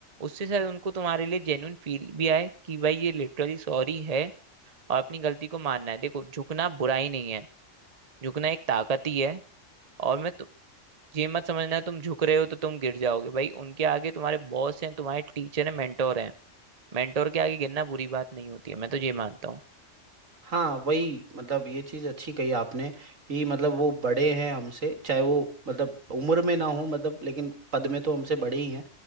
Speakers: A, on the right (about 35°); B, on the right (about 80°).
A: उससे शायद उनको तुम्हारे लिए जेन्यून फील भी आए कि भाई ये लिटरली सॉरी है और अपनी गलती को मानना है देखो झुकना बुराई नहीं है झुकना एक ताकत ही है और मैं तु- ये मत समझना तुम झुक रहे हो तो तुम गिर जाओगे भाई उनके आगे तुम्हारे बॉस हैं तुम्हारे टीचर हैं मेंटोर हैं मेंटोर के आगे गिरना बुरी बात नहीं होती है मैं तो ये मानता हूँ
B: हाँ वही मतलब ये चीज़ अच्छी कही आपने कि मतलब वो बड़े हैं हमसे चाहे वो मतलब उम्र में ना हो मतलब लेकिन पद में तो हमसे बड़े ही हैं